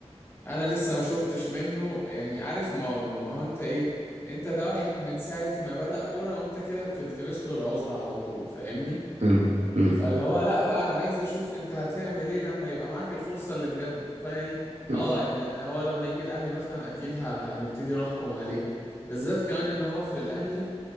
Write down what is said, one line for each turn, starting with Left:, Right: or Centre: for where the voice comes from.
Left: انا لسه ما شفتش منه يعني عارف ما ما هو انت ايه انت ده واحد من ساعة ما بدأ كورة وانت كده بتلتمس له العذر على طول فاهمني
Right: مم. مم.
Left: فاللي هو لا بقى انا عايز اشوف انت هتعمل ايه لما يبقى معاك الفرصة اللي بجد فيعني
Right: مم.
Left: اه يعني هو لما يجي الاهلي مثلا اكيد ه- هنبتدي نحكم عليه بالذات كمان ان هو في الاهلي